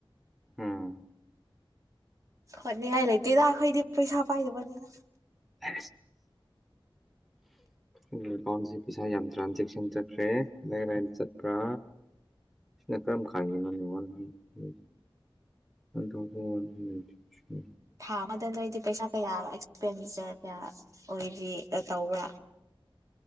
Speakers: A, in the centre; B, on the right (about 35°).
A: ꯎꯝ
B: ꯍꯣꯠꯅꯤꯡꯉꯥꯏ ꯂꯩꯇꯦꯗ ꯑꯩꯈꯣꯏꯗꯤ ꯄꯩꯁꯥ ꯄꯥꯏꯗꯕꯅꯤꯅ
A: ꯑ ꯎ ꯑꯦꯀꯥꯎꯟꯁꯤꯦ ꯄꯩꯁꯥ ꯌꯥꯝ ꯇ꯭ꯔꯥꯟꯖꯦꯛꯁꯟ ꯆꯠꯈ꯭ꯔꯦ ꯂꯥꯏ ꯂꯥꯏ ꯌꯥꯝ ꯆꯠꯄ꯭ꯔꯥ ꯁꯤꯅ ꯈꯔ ꯑꯃ ꯈꯥꯡꯉꯤꯅꯉ ꯎ ꯎ ꯑꯟꯗꯣꯕꯟ ꯅꯥꯇ ꯊ꯭ꯔꯤ
B: ꯊꯥ ꯑꯃꯗ ꯅꯣꯏꯗꯤ ꯄꯩꯁꯥ ꯀꯌꯥ ꯑꯦꯛꯁꯄꯦꯟꯗꯤꯆꯔ ꯀꯌꯥ ꯑꯣꯏꯔꯤ ꯇꯧꯕ꯭ꯔꯥ